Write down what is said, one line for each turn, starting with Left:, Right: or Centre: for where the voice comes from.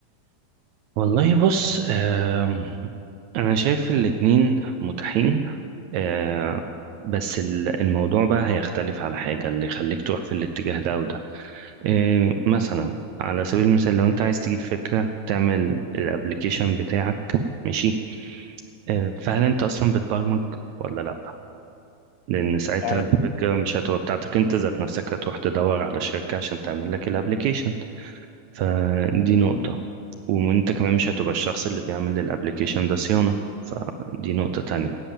Right: والله بص آم، انا شايف الاتنين متاحين آه، بس ال- الموضوع بقى هيختلف على حاجة اللي يخليك تروح في الاتجاه ده وده آه، مثلا على سبيل المثال لو انت عايز تجيب فكرة وتعمل الابليكيشن بتاعك ماشي آه، فهل انت اصلا بتبرمج ولا لا لان ساعتها
Left: اه انا
Right: الفكرة مش هتبقى بتاعتك انت ذات نفسك هتروح تدور على شركة عشان تعمل لك الابليكيشن فدي نقطة
Left: تمام
Right: وانت كمان مش هتبقى الشخص اللي بيعمل للابليكيشن ده صيانة فدي نقطة تانية